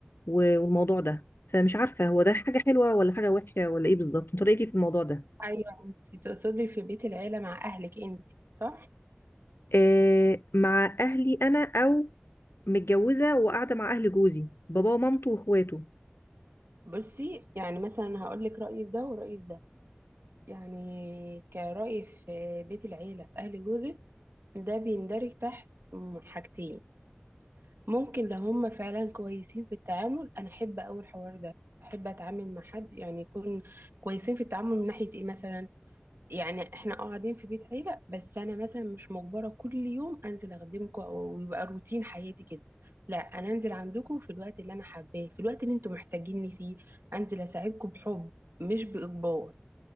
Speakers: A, on the left; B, on the right.
A: و- والموضوع ده فمش عارفه هو ده حاجه حلوه ولا حاجه وحشه ولا ايه بالظبط انت رايك إيه في الموضوع ده
B: ايوه انت تقصدي في بيت العيله مع اهلك انت صح
A: آه، مع اهلي انا او متجوزه وقاعده مع اهل جوزي باباه ومامته واخواته
B: بصي يعني مثلا هقول لك رايي في ده ورايي في ده يعني كرايي في بيت العيله في اهل جوزك ده بيندرج تحت م- حاجتين ممكن لو هم فعلا كويسين في التعامل انا احب اول الحوار ده احب اتعامل مع حد يعني يكون كويسين في التعامل من ناحيه ايه مثلا يعني احنا اه قاعدين في بيت عيلة بس انا مثلا مش مجبرة كل يوم انزل اخدمكم او ويبقى روتين حياتي كده لا انا انزل عندكم في الوقت اللي انا حباه في الوقت اللي انتم محتاجيني فيه انزل اساعدكم بحب مش باجبار